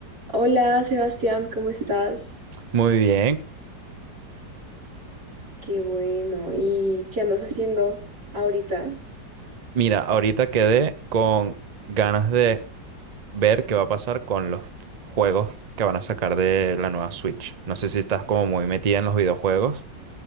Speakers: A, on the right; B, on the right.
A: Hola Sebastián, ¿cómo estás?
B: Muy bien.
A: Qué bueno. ¿Y qué andas haciendo ahorita?
B: Mira, ahorita quedé con ganas de ver qué va a pasar con los juegos que van a sacar de la nueva Switch. No sé si estás como muy metida en los videojuegos.